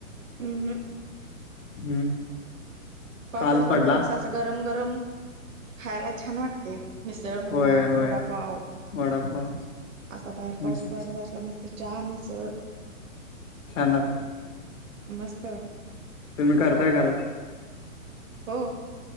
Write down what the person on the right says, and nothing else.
हम्म हम्
पाऊस
असला
म्हणजे कस असं गरम गरम खायला छान वाटते मिसळ म्हणा
वडापाव
असा बाहेर पाऊस
पडत असला मस्त चहा मिसळ
मस्त वाटते
हो